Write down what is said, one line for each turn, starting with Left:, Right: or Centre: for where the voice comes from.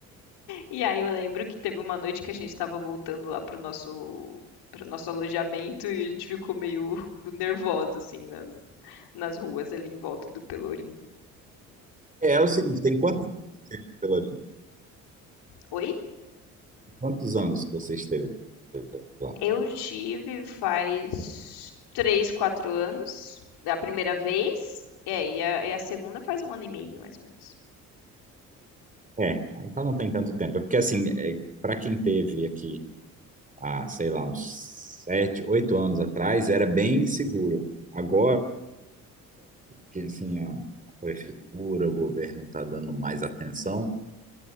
Left: E aí eu lembro que teve uma noite que a gente tava voltando lá pro nosso para o nosso alojamento e a gente ficou meio <laughs> nervosa, assim, nas, nas ruas ali em volta do Pelourinho.
Right: é, é o seguinte, tem quantos, anos, Pelourinho?
Left: Oi?
Right: Quantos anos que você esteve lá?
Left: Eu tive faz três, quatro anos, da primeira vez. É, e a, e a segunda faz um ano e meio, mais ou menos.
Right: É, então não tem tanto tempo. É porque, assim, é, para quem teve aqui há, sei lá, uns sete, oito anos atrás, era bem seguro. Agora que assim, a prefeitura, o governo está dando mais atenção,